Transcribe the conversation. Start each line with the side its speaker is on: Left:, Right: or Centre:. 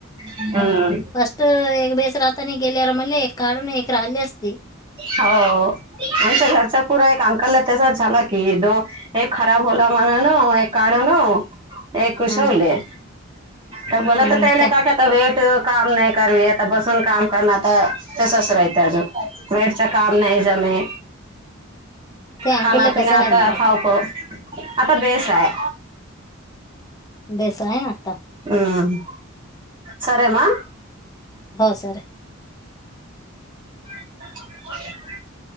Right: हम्म
Left: फस्ट एक बेस राहती गेल्यावर आम्हाला एक काडून एक राहिली असते.
Right: हो आमच्या घरचा पुरा एक अंकलला त्याच्या झाला की, दो ए खराब होला म्हणालो, एक काढलो. एक कुशवले
Left: हं,
Right: तर मला
Left: हं,
Right: तर त्याला
Left: त्या-
Right: का का <inaudible> वेट काम नाही करू आता बसून काम करण आता तेसच राहिते अजून, वे काम नाही जमे,
Left: त्या अंकुले
Right: खाना पिना
Left: कसं
Right: आता
Left: आहे मारे
Right: खऊ खऊ आता बेस आहे.
Left: बेस आहे ना आता
Right: हम्, साऱ्यांना.
Left: हो सर.
Right: <inaudible>